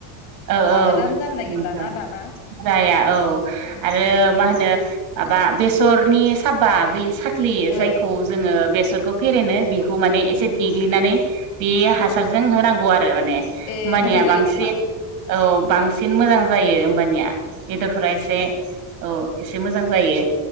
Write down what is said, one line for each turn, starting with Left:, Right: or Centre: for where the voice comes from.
Right: औ
Left: आबादानो
Right: औ औथ'
Left: जानो नागिरलाना दाना
Right: जाया औ
Left: उम
Right: आरो मा होनो। माबा बेसरनि साबा बै साख ख्लि
Left: ओ
Right: जायखौ जोङो बेस सोरखौ फेरेनो बेखौ माने एसे देग्लिनानै बे हासारजों होनांगौ आरो। रो माने होनबानिया
Left: ए मोजां जायो
Right: बांसिन
Left: नामा
Right: औ बांसिन मोजां जायो होमबानिया। बेदरफोरा
Left: ए
Right: एसे औ एसे मोजां जायो।